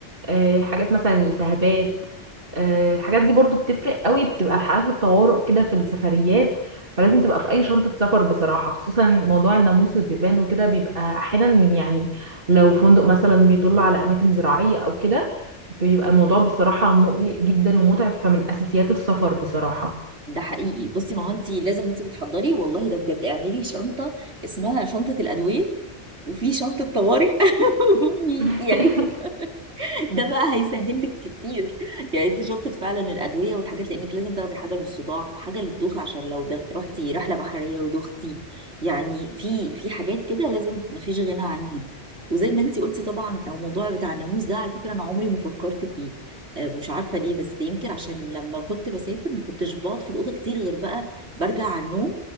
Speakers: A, on the right; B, on the right.
A: آه، حاجات مثلا الالتهابات آه، الحاجات دي برضو بتفرق قوي بتبقى حالات الطوارئ كده في السفريات فلازم تبقى في اي شنطة سفر بصراحة خصوصا موضوع الناموس والدبان وكده بيبقى احيانا يعني لو فندق مثلا بيطل على اماكن زراعية او كده بيبقى الموضوع بصراحة مقلق جدا ومتعب فمن اساسيات السفر بصراحة
B: ده حقيقي بصي ما هو انت لازم وانت بتحضري والله ده بجد اعملي شنطه اسمها شنطه الادويه وفي شنطه طوارئ <laughs> وفي-
A: <laughs>
B: يعني <laughs> ده بقى هيسهل لك كتير يعني انت شطت فعلا الادويه والحاجات لانك لازم تاخدي حاجه للصداع حاجه للدوخه عشان لو دغ... رحتي رحله بحريه ودوختي يعني في في حاجات كده لازم مفيش غنى عنها وزي ما انت قلتي طبعا او موضوع بتاع الناموس ده على فكره انا عمري ما فكرت فيه آه، مش عارفه ليه بس يمكن عشان لما كنت بسافر ما كنتش بقعد في الاوضه كتير غير بقى برجع على النوم